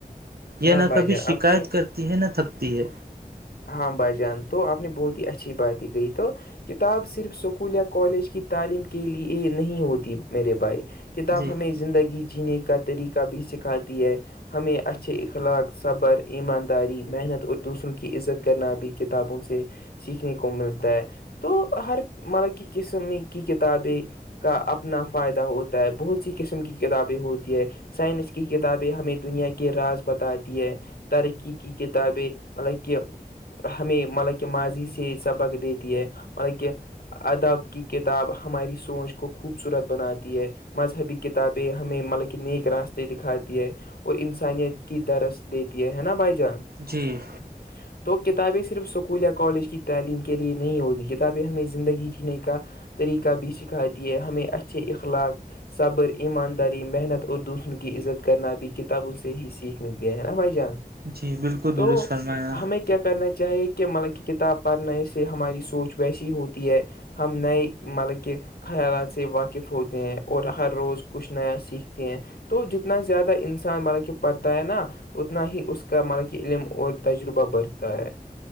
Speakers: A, on the right; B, on the left.
A: یہ
B: ہاں
A: نہ
B: بھائی
A: کبھی
B: جان
A: ش
B: آپ نے
A: کرتی ہے نہ تھکتی ہے
B: ہاں بھائی جان تو آپ نے بہت ہی اچھی باتیں کہی تو کتاب صرف اسکول یا کالج کی تعلیم کے لیے نہیں ہوتی میرے بھائی کتاب
A: جی
B: ہمیں زندگی جینے کا طریقہ بھی سکھاتی ہے ہمیں اچھے اخلاق صبر ایمانداری محنت اور دوسروں کی کی عزت کرنا ابھی کتابوں سے سیکھنے کو ملتا ہے تو ہر مرب کی قسم کی کتابیں کا اپنا فائدہ ہوتا ہے بہت سی قسم کی کتابیں ہوتی ہے سائنس کی کتابیں ہمیں دنیا کے راز بتاتی ہے ترقی کی کتابیں مطلب کہ ہمیں مطلب کہ ماضی سے سبق دیتی ہے مطلب کہ ادب کی کتاب ہماری سوچ کو خوبصورت بناتی ہے مذہبی کتابیں ہمیں مطلب کہ نیک راستے دکھاتی ہے وہ انسانیت کی درس دیتی ہے نا بھائی جان
A: جی
B: ہ <unintelligible> تو کتابیں صرف اسکول یا کالج کی تعلیم کے لیے نہیں ہوتی کتابیں ہمیں زندگی جینے کا طریقہ بھی سکھاتی ہے ہمیں اچھے اخلاق صبر ایمانداری محنت اور دوسروں کی عزت کرنا بھی کتابوں سے ہی سیکھ ملتے ہیں نا بھائی جان
A: جی بالکل درست
B: تو
A: فرمایا
B: ہمیں کیا کرنا چاہیے کہ مطلب کہ کتاب پڑھنے سے ہماری سوچ ویسی ہوتی ہے ہم نئے مطلب کہ خیالات سے واقف ہوتے ہیں اور ہر روز کچھ نیا سیکھتے ہیں تو جتنا زیادہ انسان ملب کہ پڑھتا ہے نا اتنا ہی اس کا ملب کہ علم اور تج روبا برتا ہے